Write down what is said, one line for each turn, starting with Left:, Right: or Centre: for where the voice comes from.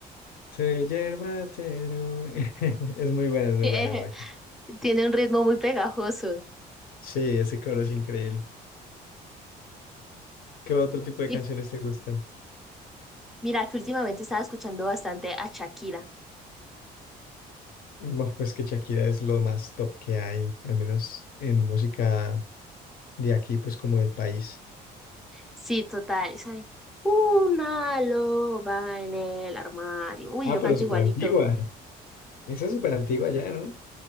Left: Soy Yerbatero. <laughs> Es muy buena,
Centre: <laughs>
Left: es muy
Centre: Eh,
Left: buena, Franco.
Centre: Tiene un ritmo muy pegajoso.
Left: Sí, ese coro es increíble. ¿Qué otro tipo de
Centre: Y
Left: canciones te gustan?
Centre: mira que últimamente estaba escuchando bastante a Shakira.
Left: Buah, pues que Shakira es lo más top que hay, al menos en música de aquí, pues como del país.
Centre: Sí, total. esa de, Una loba en el armario. Uy,
Left: Ah,
Centre: yo canto
Left: pero súper
Centre: igualito.
Left: antigua. Esa es súper antigua ya, ¿no?